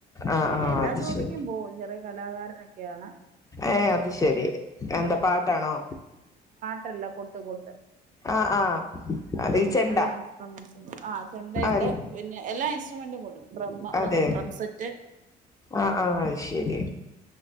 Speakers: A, on the left; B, on the right.
A: ആഹ്
B: പിന്നെ
A: ആഹ്
B: എല്ലാ
A: അത്
B: ജോലിക്കും
A: ശരി
B: പോകും ചെറിയ കലാകാരനാ ഓക്കെയാണ്
A: ഏ അത് ശെരി എന്താ പാട്ടാണോ?
B: ട്ടല്ല, കൊട്ട് കൊട്ട്.
A: ആഹ് ആഹ്
B: ആ
A: ഈ ചെണ്ട
B: എല്ലാ ഇൻസ്ട്രുമെൻസും കൊ ആഹ് ചെണ്ട
A: ആഹ്
B: ഉണ്ട് പിന്നെ എല്ലാ ഇൻസ് ടുമെൻ്റും കൊട്ടും. ഡ്രമ്മ് റം
A: അതെ
B: ഡ്രംസെറ്റ്
A: ആഹ് ആഹ് അത് ശരി